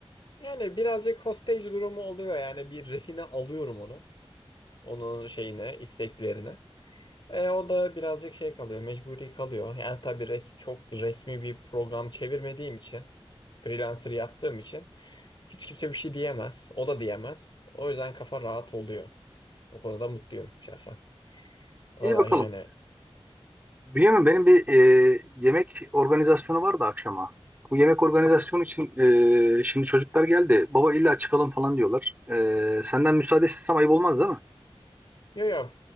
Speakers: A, on the left; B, on the right.
A: Yani birazcık hostage durumu oluyor yani bir rehine alıyorum onu. Onun şeyine, isteklerine. E, o da birazcık şey kalıyor, mecburi kalıyor. Yani tabii res çok resmi bir program çevirmediğim için, freelancer yaptığım için hiç kimse bir şey diyemez. O da diyemez. O yüzden kafa rahat oluyor. O konuda mutluyum şahsen. Öyle
B: İyi bakalım.
A: yani.
B: Bünyamin benim bir e, yemek organizasyonu vardı akşama. Bu yemek organizasyonu için e, şimdi çocuklar geldi. Baba illa çıkalım falan diyorlar. E, senden müsaade istesem ayıp olmaz değil mi?
A: Yo yo.